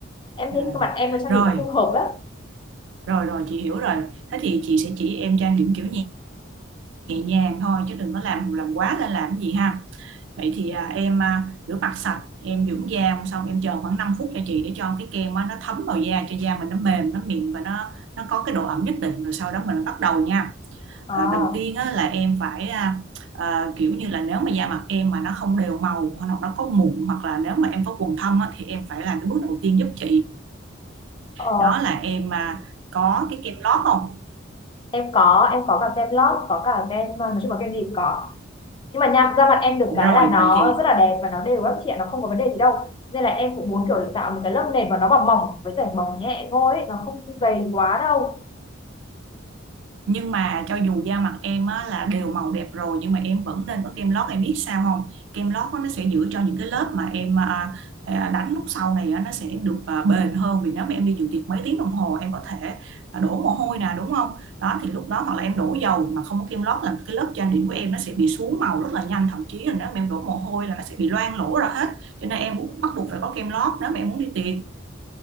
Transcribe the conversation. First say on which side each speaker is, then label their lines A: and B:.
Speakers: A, on the left (about 25°); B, on the right (about 65°).
A: em
B: à.
A: thấy cái mặt em với trang
B: rồi
A: điểm nó không hợp lắm.
B: rồi rồi chị hiểu rồi thế thì chị sẽ chỉ em trang điểm kiểu nhẹ, nhẹ nhàng thôi chứ đừng có làm làm quá lên làm cái gì ha Vậy thì à, em à, rửa mặt sạch, em dưỡng da xong em chờ khoảng 5 phút cho chị để cho cái kem á, nó thấm vào da cho da mình nó mềm, nó mịn và nó nó có cái độ ẩm nhất định rồi sau đó mình bắt đầu nha.
A: À,
B: À, đầu tiên á, là em phải à, à, kiểu như là nếu mà da mặt em mà nó không đều màu hoặc là nó có mụn hoặc là nếu mà em có quầng thâm á, thì em phải làm cái bước đầu tiên giúp chị.
A: ờ,
B: Đó là em à, có cái kem lót không?
A: em có em có cả kem lót có cả kem ờ, nói chung là kem gì cũng có nhưng mà nha da mặt em được
B: Rồi
A: cái là nó
B: vậy thì
A: rất là đẹp và nó đều các chị ạ nó không có vấn đề gì đâu nên là em cũng muốn kiểu tạo một cái lớp nền mà nó bằng mỏng với cả mỏng nhẹ thôi ấy, nó không dày quá đâu
B: nhưng mà cho dù da mặt em á, là đều màu đẹp rồi nhưng mà em vẫn nên có kem lót em biết sao không kem lót á, nó sẽ giữ cho những cái lớp mà em à, à, đánh lúc sau này á, nó sẽ được à, bền hơn vì nếu mà em đi dự tiệc mấy tiếng đồng hồ em có thể à, đổ mồ hôi nè đúng không đó thì lúc đó hoặc là em đổ dầu mà không có kem lót là cái lớp trang điểm của em nó sẽ bị xuống màu rất là nhanh thậm chí là nếu mà em đổ mồ hôi là nó sẽ bị loang lỗ ra hết cho nên em cũng bắt buộc phải có kem lót nếu mà em muốn đi tiệc